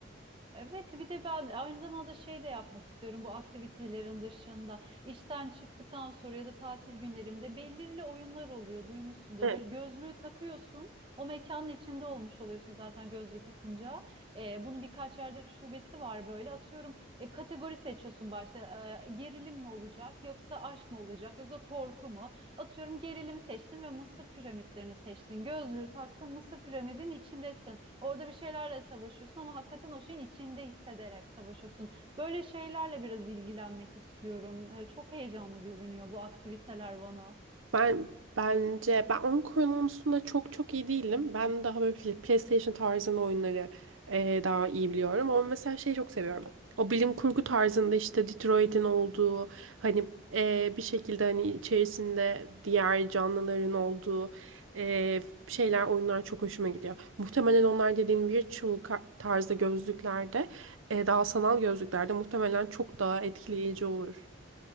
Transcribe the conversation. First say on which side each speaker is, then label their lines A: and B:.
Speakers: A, on the right; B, on the right.
A: Evet, bir de ben aynı zamanda şey de yapmak istiyorum bu aktivitelerin dışında. İşten çıktıktan sonra ya da tatil günlerimde belirli oyunlar oluyor, duymuşsundur.
B: Evet.
A: Böyle gözlüğü takıyorsun, o mekanın içinde olmuş oluyorsun zaten gözlüğü takınca. Ee, bunun birkaç yerde şubesi var böyle. Atıyorum e, kategori seçiyorsun başta. Ee, gerilim mi olacak, yoksa aşk mı olacak, yoksa korku mu? Atıyorum gerilimi seçtin ve Mısır piramitlerini seçtin. Gözlüğü taksın, Mısır piramidin içindesin. Orada bir şeylerle savaşıyorsun ama hakikaten o şeyin içinde hissederek savaşıyorsun. Böyle şeylerle biraz ilgilenmek istiyorum. Ee, çok heyecanlı görünüyor bu aktiviteler bana.
B: Ben bence ben oyun konusunda çok çok iyi değilim. Ben daha böyle Pl- PlayStation tarzında oyunları eee, daha iyi biliyorum. Ama mesela şeyi çok seviyorum. O bilim kurgu tarzında işte Detroit'in olduğu hani eee, bir şekilde hani içerisinde diğer canlıların olduğu eee, şeyler oyunlar çok hoşuma gidiyor. Muhtemelen onlar dediğin virtual ka- tarzda gözlüklerde eee, daha sanal gözlüklerde muhtemelen çok daha etkileyici olur.